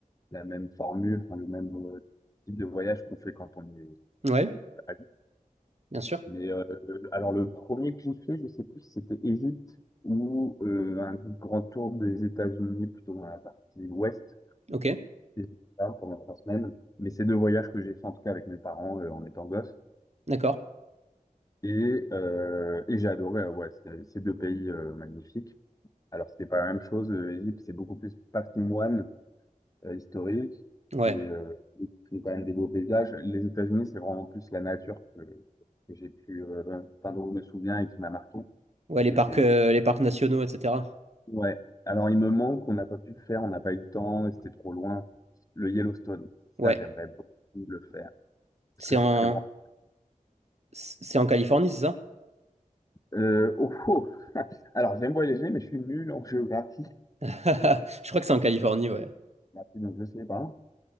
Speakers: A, on the left; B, on the right.
A: la même formule, enfin, le même euh, type de voyage qu'on fait quand on est
B: Ouais,
A: adulte.
B: bien sûr.
A: Mais euh, le- alors le premier que j'ai fait, je sais plus si c'était Égypte ou euh, un grand tour des États-Unis, plutôt dans la partie ouest.
B: Ok,
A: Et j'ai fait ça pendant trois semaines. Mais c'est deux voyages que j'ai fait en tout cas avec mes parents euh, en étant gosse.
B: d'accord.
A: Et, euh, et j'ai adoré, euh, ouais, c'est- ces deux pays euh, magnifiques. Alors, c'était pas la même chose. euh, L'Égypte, c'est beaucoup plus patrimoine euh, historique
B: Ouais.
A: et euh, c'est quand même des beaux paysages. Les États-Unis, c'est vraiment plus la nature que, que j'ai pu, euh, enfin, dont je me souviens et qui m'a marqué.
B: Ouais,
A: Et
B: les
A: qui
B: parcs,
A: était...
B: euh, les parcs nationaux, etc.
A: Ouais. Alors, il me manque, on n'a pas pu le faire, on n'a pas eu le temps et c'était trop loin. Le Yellowstone,
B: Ouais.
A: ça, j'aimerais beaucoup le faire parce
B: C'est
A: que je
B: en,
A: suis très branché
B: c'est en Californie, c'est ça?
A: Euh, oh, oh. Alors, j'aime voyager, mais je suis nul en géographie.
B: <laughs> Je crois que c'est en Californie, ouais.
A: Donc, je sais pas.